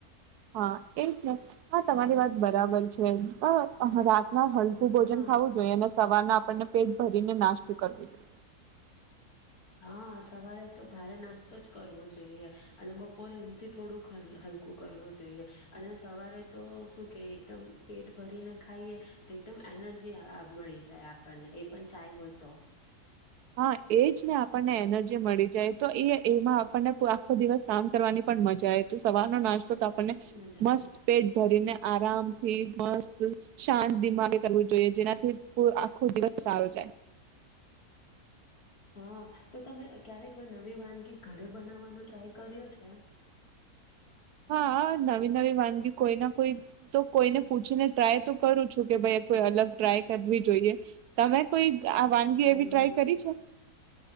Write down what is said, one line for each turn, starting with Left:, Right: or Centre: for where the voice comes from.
Right: હા એ જ ને હ તમારી
Left: બોલો
Right: વાત બરાબર
Left: હમ
Right: છે અ રાતમાં હલકું
Left: હા
Right: ભોજન ખાવું જોઈએ અને સવારના આપને પેટ ભરીને નાસ્ત કરવું જોઈએ.
Left: હા સવારે તો ભારે નાસ્તો જ કરવો જોઈએ અને બપોરે એથી થોડુંક હલ હલકું કરવું જોઈએ અને સવારે તો શું કે એકદમ પેટ ભરીને ખાઈએ તો એકદમ એનર્જી મળી જાય આપણને એ પણ ચાય હોય તો.
Right: હા એજ ને આપે પણ એનર્જી જી મળી જાય તો એ એમાં આપને આખો દિવસ કામ કરવાની પણ મજા આવે તો સવારનો નાસ્તો તો આપણને
Left: મજા આવે.
Right: મસ્ત પેટ ભરીને આરામ થી મસ્ત શાંત દિમાગે કરવું જોઈએ. જેનાથી આ આખો દિવસ સારો જાય.
Left: હા તો તમે ક્યારેક કોઈ નવી વાનગી ઘરે બનાવવાનો ટ્રાય કર્યો છે?
Right: હા નવી નવી વાનગી કોઈ ના કોઈ તો કોઈને પૂછીને ટ્રાય તો કરું છું કે ભાઈ કોઈ અલગ ટ્રાય કરવી જોઈએ. તમે કોઈ આ વાનગી
Left: હમ્મ.
Right: એવી ટ્રાય કરી છે?